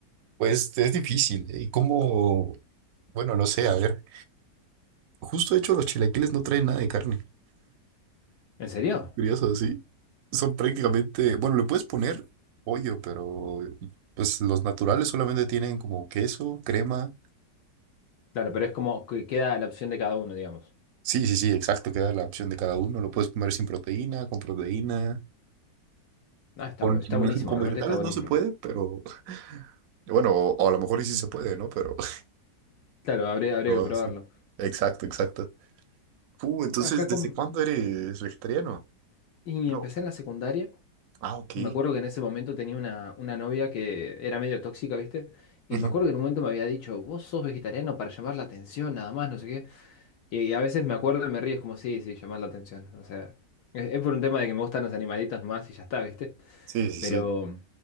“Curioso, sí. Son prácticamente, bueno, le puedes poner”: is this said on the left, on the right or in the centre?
Right